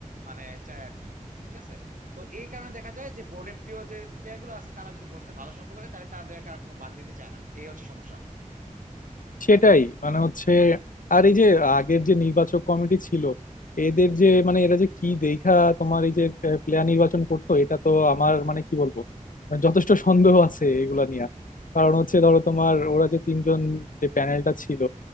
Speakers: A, on the right; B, on the left.
A: মানে চায় আর কি ঠিক আছে তো এই কারণে দেখা যায় যে বোর্ডের প্রিয় যে প্লেয়ার গুলো আছে তারা যদি বোর্ডের সাথে ভালো সম্পর্ক থাকে তাহলে তাদেরকে আর কোনো বাদ দিতে চায় না এই হচ্ছে সমস্যা
B: সেটাই মানে হচ্ছে আর এই যে আগের যে নির্বাচক কমিটি ছিল এদের যে মানে এরা যে কি দেখা তোমার এই যে প্লেয়ার নির্বাচন করতো এটা তো আমার মানে কি বলবো মানে যথেষ্ট সন্দেহ আছে এগুলা নিয়ে কারণ হচ্ছে ধরো তোমার ওরা যে তিনজন যে প্যানেলটা ছিল